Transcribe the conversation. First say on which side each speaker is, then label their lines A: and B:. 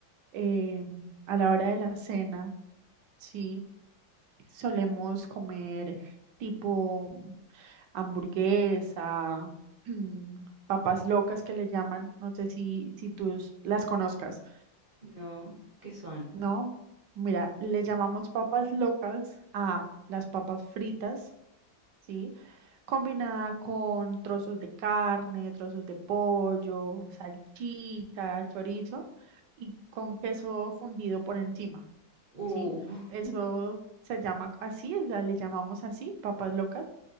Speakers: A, on the right; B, on the right.
A: eh, a la hora de la cena, sí, solemos comer tipo hamburguesa, <clears throat> mm, papas locas que le llaman, no sé si, si tú s- las conozcas,
B: No, ¿qué son?
A: ¿no? Mira, le llamamos papas locas a las papas fritas, ¿sí? Combinada con trozos de carne, trozos de pollo, salchicha, chorizo y con queso fundido por encima.
B: Uh,
A: ¿sí? Eso
B: <laughs>
A: se llama así, la, le llamamos así, papas locas,